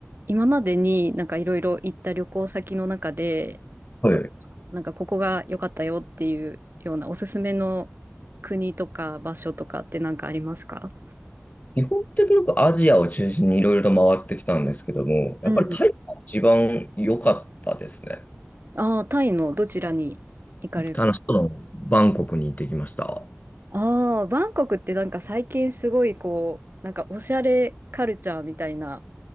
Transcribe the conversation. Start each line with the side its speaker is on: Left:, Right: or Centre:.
Right: 今までになんかいろいろ行った旅行先の中で、
Left: はい。
Right: どこか、なんかここが良かったよっていうようなおすすめの国とか場所とかってなんかありますか
Left: 基本的によくアジアを中心にいろいろと回ってきたんですけども、やっぱりタイが一番良かったですね。
Right: うん。ああタイのどちらに行かれます？
Left: 楽しそうなバンコクに行ってきました。
Right: ああバンコクってなんか最近すごいこう、なんかおしゃれカルチャーみたいな